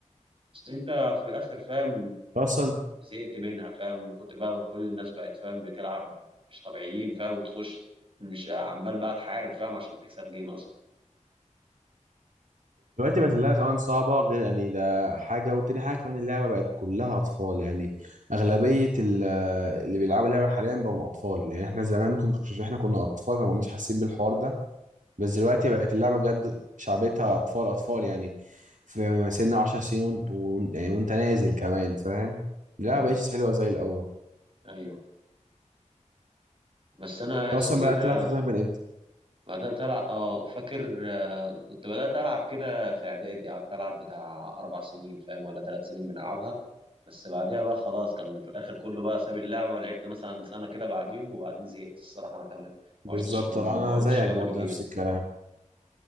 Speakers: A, on the right; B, on the right.
A: بس أنت في الآخر فاهم
B: اصلا
A: زهقت منها فاهم من كتر بقى ما كل الناس بقت فاهم بتلعب مش طبيعيين فاهم وتخش مش عمال بقى تحارب فاهم عشان تكسب جيم أصلا
B: دلوقتي بقت اللعبه كمان صعبه غير يعني ده حاجه وتاني حاجه كمان اللعبه بقت كلها اطفال يعني اغلبيه ال- اللي بيلعبوا اللعبه حاليا بقوا اطفال يعني احنا زمان ممكن كناش- احنا كنا اطفال فما كناش حاسين بالحوار ده بس دلوقتي بقت اللعبه بجد شعبيتها اطفال اطفال يعني في سن 10 سنين وانت وإنت- يعني وانت نازل كمان فاهم لا
A: امم
B: بقتش حلوه زي الاول
A: أيوه بس أنا
B: انت
A: اسمه
B: اصلا بدات
A: إيه ده
B: تلعب فورتنايت من امتى
A: بدأت ألعب اه فاكر آه، كنت بدأت ألعب كده في إعدادي قعدت ألعب بتاع أربع سنين فاهم ولا ثلاث سنين بنلعبها بس بعديها بقى خلاص كان في الآخر كله بقى ساب اللعبة لعبت مثلا سنة كده بعديهم وبعدين زهقت الصراحة أنا كمان
B: بالظبط
A: ما عشتش أكم- ما
B: انا
A: عشتش
B: زيك
A: أكمل
B: برضه
A: فيها
B: نفس الكلام